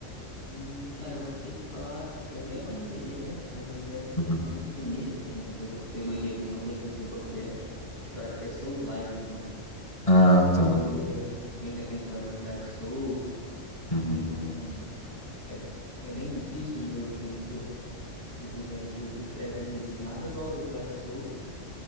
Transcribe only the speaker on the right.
Hum, Cara, eu não sei te falar. Ele é um RPG, né? Mas ele deve ter
algum subnicho dentro dessa categoria que eu não sei te dizer qual que é. Eu acho que é Souls-like o nome,
porque vem daqueles jogos do Dark Souls,
são é, é bem difícil o jogo assim, pra ser, <laughs> ser sincero, você se estressa às vezes. Nada igual ao Dark Souls,